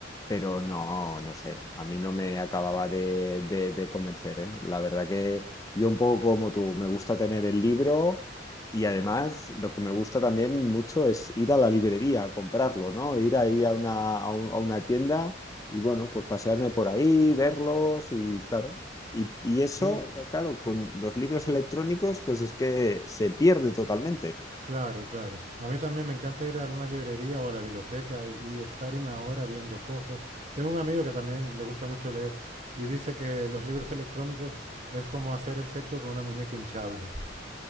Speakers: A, on the left; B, on the right.
A: pero no, no sé, a mí no me acababa de, de- de convencer, ¿eh? La verdad que yo un poco como tú, me gusta tener el libro y además lo que me gusta también mucho es ir a la librería a comprarlo, ¿no? Ir ahí a una, a un- a una tienda y bueno, pues pasearme por ahí, verlos y claro. Y, y eso,
B: Sí,
A: claro, con los libros electrónicos, pues es que se pierde totalmente.
B: Claro, claro. A mí también me encanta ir a una librería o a la biblioteca y, y estar una hora viendo cosas. Tengo un amigo que también le gusta mucho leer y dice que los libros electrónicos es como hacer el sexo con una muñeca hinchable.